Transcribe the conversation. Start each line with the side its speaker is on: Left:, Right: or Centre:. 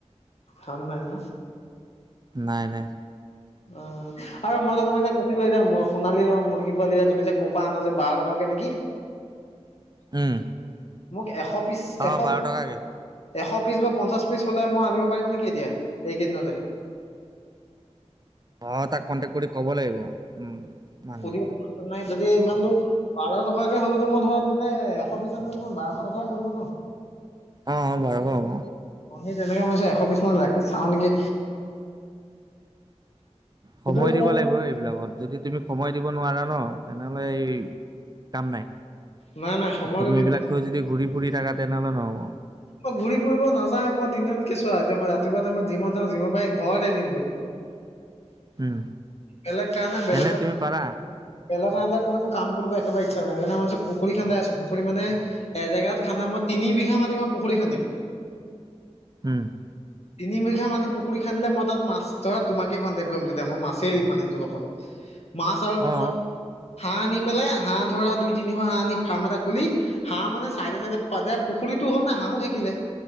Left: <unintelligible> নাই ন।
Right: নাই। নাই।
Left: অহ। আৰু মই যে তোমাক যে ক -ছিলো এতিয়া সোণালি ৰংৰ মুৰ্গী পোৱালি, এতিয়া তুমি যে ক'ৰপা আনা যে বাৰ টকাকে নেকি?
Right: উম।
Left: মোক এশ, পিছ
Right: অ
Left: এশ
Right: বাৰ টকাকে
Left: এশ পিচ বা পঞ্চাছ পিছ হ'লে মই আনিব পাৰিম নেকি এতিয়া, এইকেইদিনতে
Right: অ, তাক কণ্টেক্ট কৰি ক'ব লাগিব। উম মানুহজনক
Left: সুধিব চোন ফোন মাৰি যদি ইমানটো বাৰ টকাকে হলেতো মই ধৰা তেন্তে এশ পিছ আনিলে তোমাৰ বাৰশ টকাই পৰিব ন।
Right: অ, বাৰশ হ'ব।
Left: অ, সেই তেনেকে মই, এশ বিছ মান ৰাখি চাওঁ নেকি। সেইটো
Right: সময় দিব লাগিব এইবিলাকত যদি তুমি সময় দিব নোৱাৰা ন, তেনেহ'লে এই কাম নাই।
Left: নাই নাই সময়তো
Right: তুমি
Left: দিম
Right: এইবিলাক থৈ যদি ঘূৰি-ফুৰি থকা তেনেহ'লে নহ'ব।
Left: অ, ঘূৰি ফুৰিব নাযাওঁই মই দিনত কে চোৱা আৰু এতিয়া মই ৰাতিপুৱা টাইমত যি'মত যাওঁ যি'ম পাৰাই ঘৰতে দিনটো।
Right: উম,
Left: বেলেগ কাৰণে বেলেগ
Right: তেনে তুমি পাৰা
Left: বেলেগৰ আনদাৰত মানে কাম কৰিব একেবাৰে ইচ্ছা নাই, সেইণে মই পুখুৰী খান্দাই আছো, পুখুৰী মানে এজেগাত খান্দা, মই তিনি বিঘা মাতি মই পুখুৰী খান্দিম।
Right: উম,
Left: তিনি বিঘা মাটি পুখুৰী খানিলে, মই তাত মাছ ধৰা তোমাকে কনটেক কৰিম, তেতিয়া মা মাছে দিম মানে সেইটোত অকল, মাছ আৰু তোমাৰ
Right: অ
Left: হাঁহ আনি পেলাই হাঁহ ধৰা দুই, তিনিশ হাঁহ আনি ফাৰ্ম এটা খুলি হাঁহ মানে চাইদে -চাইদে পাদে পুখুৰীতটো হ'ল না হাঁহো থাকিলে।